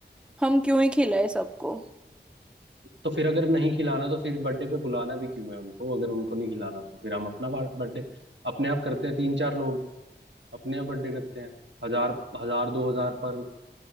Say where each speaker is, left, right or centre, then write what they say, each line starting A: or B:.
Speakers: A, in the centre; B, on the right (about 85°).
A: हम क्यों ही खिलाए सबको
B: तो फिर अगर नहीं खिलाना तो फिर बर्थडे पे बुलाना भी क्यों है उनको अगर उनको नहीं खिलाना तो फिर हम अपना बर्थडे अपने आप करते हैं तीन चार लोग अपने यहाँ बर्थडे करते हैं हजार हजार दो हजार पर